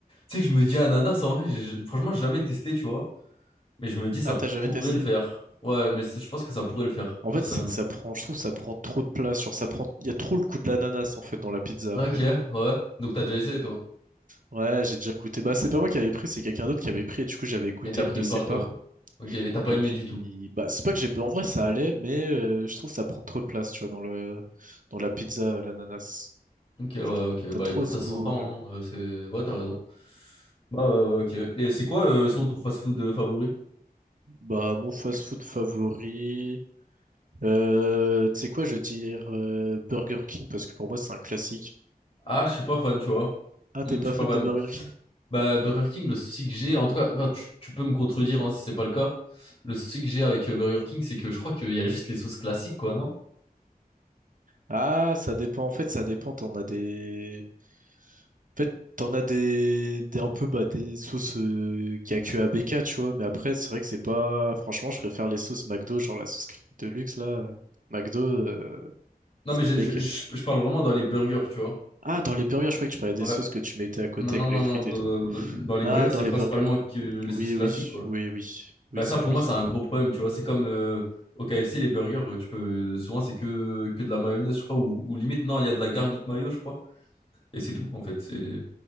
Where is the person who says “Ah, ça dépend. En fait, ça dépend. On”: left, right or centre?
Right